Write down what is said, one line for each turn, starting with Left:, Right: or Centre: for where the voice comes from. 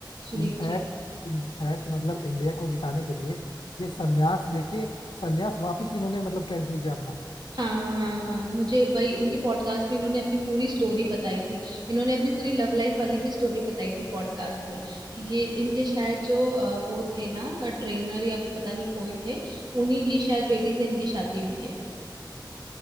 Right: सुनील
Left: इनफैक्ट इनफैक्ट मतलब इंडिया को जिताने के लिए ये संन्यास लेके संन्यास वापिस इन्होंने मतलब कैंसिल किया अपना
Right: हाँ हाँ हाँ मुझे वही इनके पॉडकास्ट में इन्होंने अपनी पूरी स्टोरी बताई थी इन्होंने अपनी पूरी लव लाइफ वाली भी स्टोरी बताई थी पॉडकास्ट में कि ये इनके शायद जो अ, वो थे ना ट्रेनर या पता नहीं कोई थे उन्हीं की शायद बेटी से इनकी शादी हुई है